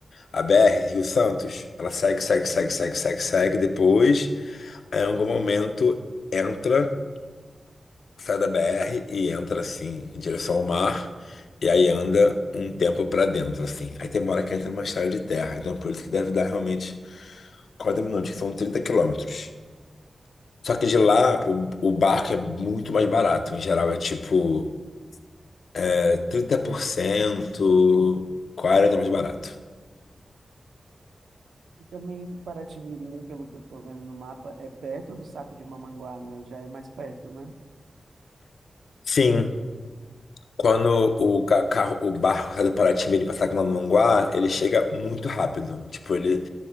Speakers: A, on the left; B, on the right.
A: a BR, Rio Santos, ela segue, segue, segue,
B: Sim.
A: segue, segue, segue. Depois, em algum momento, entra, sai da BR e entra assim, em direção ao mar. E aí anda um tempo para dentro, assim. Aí tem uma hora que entra numa estrada de terra. Então, por isso que deve dar realmente 40 minutos, que são 30 quilômetros. Só que
B: sim.
A: de lá, o, o barco é muito mais barato. Em geral, é tipo é 30%, 40% mais barato.
B: E também Paraty-Mirim, pelo que eu estou vendo no mapa, é perto do Saco de Mamanguá, né? Já é mais perto, né?
A: Sim, quando o ca- carro, o barco sai do Paraty, em vez de passar com Manguá, ele chega muito rápido. Tipo, ele.